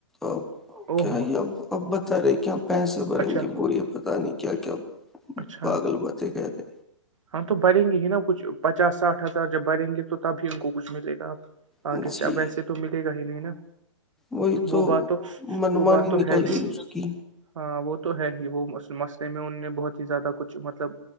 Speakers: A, in the centre; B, on the right.
A: اب
B: او
A: کیا
B: ہو
A: یہ اب اب بتا رہے کیا پیسے بھریں
B: اچھا
A: گے وہ یہ پتتا نہیں کیا کیا
B: اچھا
A: پاگل باتیں کہہ رہے
B: ہاں تو بریں گی ہی نا کچھ پچاس ساٹھ ہزار جب بریں گے تو تب ہی ان کو کچھ ملے گا آپ آگے
A: جی
B: سے اب ایسے تو ملے گا ہی نہیں نا
A: وہی تو
B: وہ بات
A: منمانی
B: وہ بات تو
A: نکل
B: ہے ہی
A: گئی اس کی
B: ہاں وہ تو ہے ہی وہ مسئلے میں ان نے بہت زیادہ کچھ مطلب